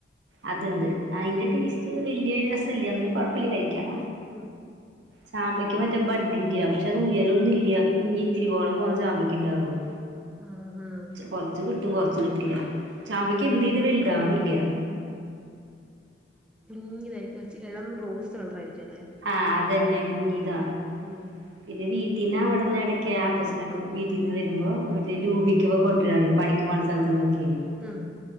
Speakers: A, on the right; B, in the centre.
A: അത്ണ്ട് അയിന്റെ
B: ഉം
A: ടേസ്റ്റ് വല്യ രസ ഇല്ല എന്നല് കൊഴപ്പില്ല കഴിക്കാം.
B: മ്.
A: ചാമ്പക്ക മറ്റേ ബഡ്ഡിന്റെയാ. <unintelligible> അത് ഉയരൊന്നും ഇല്ല കുഞ്ഞി ഇത്തിരി കോളം പോന്ന ചാമ്പക്കൃണ്ടാവും.
B: ആഹ് ആഹ്
A: കൊറ്ച്ച് കിട്ടും കൊറ്ച്ച് കിട്ടില്ല ചാമ്പയ്ക്കൃ എന്ത് ഇത് വലുതാവണ്ല്ലൃ.
B: കുഞ്ഞിത ച് എളം റോസ് കളറായിരിക്കും അല്ലേ?
A: ആഹ് അതെന്നെ കുഞ്ഞിതാ.
B: ഉം ഉം
A: പിന്നെ വീട്ടീന്ന് അവിട്ന്ന് ഇടയ്ക്കൃ അപ്പച്ചനൊക്കെ വീട്ടീന്ന് വരുമ്പോൾ മറ്റേ ലൂപിക്ക
B: ഉം
A: കൊണ്ടരാറുണ്ട് പണിക്ക്‌ പോണ സ്ഥൽന്നൊക്കെയ്
B: ഉം